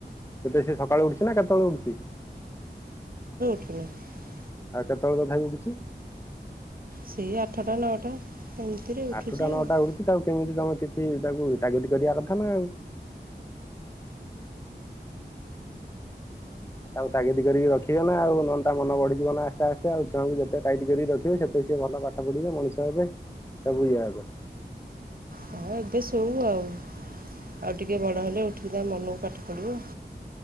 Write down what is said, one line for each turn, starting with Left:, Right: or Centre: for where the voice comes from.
Left: କେତେ ସେ ସକାଳେୁ ଉଠୁଛି ନା କେତେବେଳେ ଉଠୁଛି।
Right: ଆ କିିନି <inaudible>
Left: ଆଉ କେତେବେଳେ ତଥାପି ଉଠୁଛି
Right: ସେଇ ଆଠଟା ନଅଟା ଏମିତିରେ ଉଠୁଛି
Left: ଆଠଟା ନଅଟା
Right: ଆଉ
Left: ଉଠୁଛି ତାକୁ କେମିତି ତମେ କିଛି ତାକୁ ତାଗତି କରିବା କଥା ନା ଆଉ। ଆଉ ତାକୁ ତାଗିଦ କରିକି ରଖିବନ ନା ଆଉ ନହନ୍ତା ମନ ବଢିଯିବ ନା ଆସ୍ତେ ଆସ୍ତେ ଆଉ ଛୁଆଙ୍କୁ ଯେତେ ଟାଇଟ୍ କରିକି ରଖିବେ ସେତେ ସିଏ ଭଲ ପାଠ ପଢିବେ ମଣିଷ ହେବେ ସବୁ ଇଏ ହବେ
Right: ହଁ ଏବେ ସଉ ଆଉ ଆଉ ଟିକେ ବଡ଼ ହେଲେ ଉଠିକ ତା ମନକୁ ପାଠ ପଢିବୁ